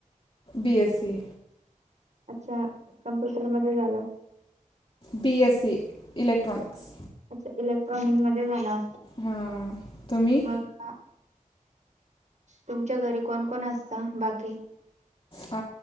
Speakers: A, on the left; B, on the right.
A: बी एससी
B: अच्छा कम्प्युटर मध्ये झालं
A: बी एससी इलेक्ट्रनिक्स
B: अच्छा इलेक्ट्रॉनिक मध्ये झाला
A: हा तुम्ही
B: मग तुमच्या घरी कोण कोण असत बाकी
A: अ